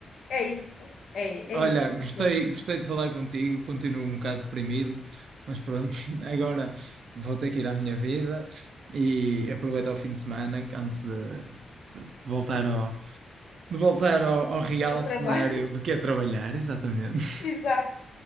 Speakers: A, on the left; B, on the right.
A: é isso, é,
B: Olha,
A: é isso.
B: gostei,
A: Pronto,
B: gostei de falar contigo, continuo um bocado deprimido, mas pronto, <laughs> agora vou ter que ir à minha vida e aproveitar o fim de semana antes de, de voltar ao, de voltar ao, ao real
A: o trabalho.
B: cenário do que é trabalhar, exatamente.
A: <laughs>
B: <laughs>
A: Exato.